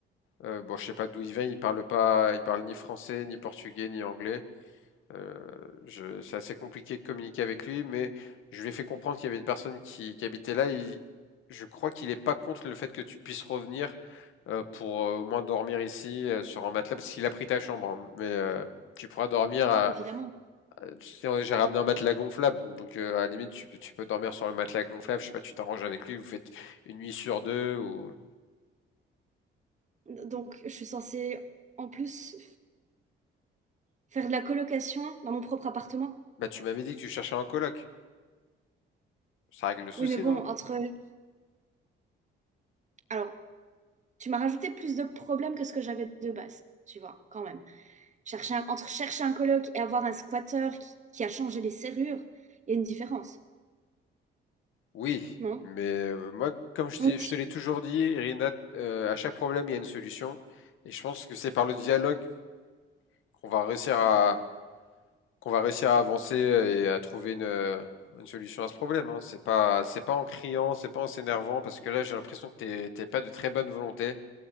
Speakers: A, on the left; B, on the right.
A: Euh, bon, je sais pas d'où il vient. Il parle pas, il parle ni français, ni portugais, ni anglais. Euh, je, c'est assez compliqué de communiquer avec lui, mais je lui ai fait comprendre qu'il y avait une personne qui, qui habitait là. Il- je crois qu'il est pas contre le fait que tu puisses revenir euh, pour euh, au moins dormir ici euh, sur un matelas, parce qu'il a pris ta chambre. hein. mais euh, tu pourras dormir à.
B: Évidemment.
A: euh, tu sais, ouais, j'ai ramené un matelas gonflable, donc euh, à la limite tu, peux- tu peux dormir sur le matelas gonflable. Je sais pas, tu t'arranges avec lui, vous faites une nuit sur deux ou.
B: Donc, je suis censée, en plus, faire de la colocation dans mon propre appartement.
A: Bah tu m'avais dit que tu cherchais un coloc. Ça règle le souci,
B: Oui, mais bon,
A: non?
B: entre... Alors, tu m'as rajouté plus de problèmes que ce que j'avais de base, tu vois, quand même. Chercher un- Entre chercher un coloc et avoir un squatteur qui... qui a changé les serrures, il y a une différence,
A: Oui,
B: non?
A: mais euh, moi, comme je t'ai-
B: Oui.
A: je te l'ai toujours dit, Irina, euh, à chaque problème, il y a une solution. Et je pense que c'est par le dialogue qu'on va réussir à, qu'on va réussir à avancer et à trouver une, euh, une solution à ce problème, hein. C'est pas, c'est pas en criant, c'est pas en s'énervant, parce que là, j'ai l'impression que t'es, t'es pas de très bonne volonté.